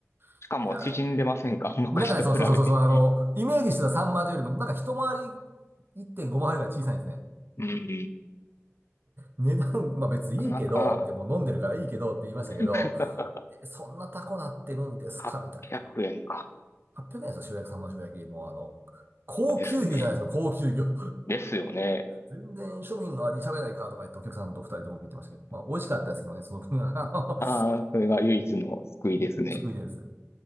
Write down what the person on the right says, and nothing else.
<laughs>
いや、
なんかね、そうそうそうそうそう、あの、イメージしてたサンマよりも、なんか一回り、1.5回りぐらい小さいんですね。
値段、まあ別にいいけど、
ってもう飲んでるからいいけどって言いましたけど、
え、そんなタコなってるんですかみたいな。
800円ですよ、塩焼き、サンマの塩焼き。もうあの、高級魚じゃないですか、
高級魚。
全然庶民の味喋れないからとか言ってお客さんと二人でも言ってましたけど、まあ美味しかったですけどね、その分が、<laughs> あの、
救いです。